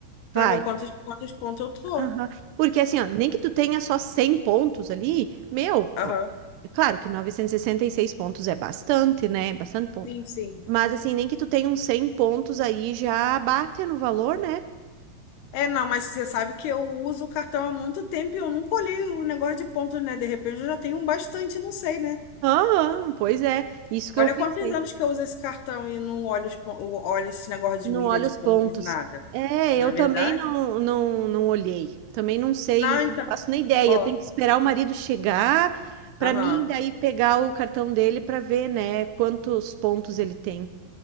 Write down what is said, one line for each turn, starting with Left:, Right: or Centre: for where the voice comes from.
Left: para
Right: Vai.
Left: ver quantos, quantos pontos eu tô.
Right: Aham. Porque assim, ó, nem que tu tenha só 100 pontos ali, meu, ó,
Left: Aham.
Right: é claro que 966 pontos é bastante, né? é Bastante ponto.
Left: Sim, sim.
Right: Mas assim, nem que tu tenha uns 100 pontos aí já bate no valor, né?
Left: É, não, mas você sabe que eu uso o cartão há muito tempo e eu nunca olhei o negócio de pontos, né? De repente eu já tenho um bastante, não sei, né?
Right: Aham, pois é. Isso que
Left: Olha
Right: eu pensei.
Left: quantos anos que eu uso esse cartão e não olho, os pon- eu olho esse negócio de
Right: Não
Left: milha,
Right: olha
Left: de
Right: os
Left: pontos,
Right: pontos.
Left: nada.
Right: É,
Left: Na
Right: eu também
Left: verdade?
Right: não, não, não olhei. Também não sei,
Left: Não, então.
Right: não faço nem ideia.
Left: Ó,
Right: Eu tenho que esperar o marido chegar para
Left: aham.
Right: mim daí pegar o cartão dele para ver, né, quantos pontos ele tem.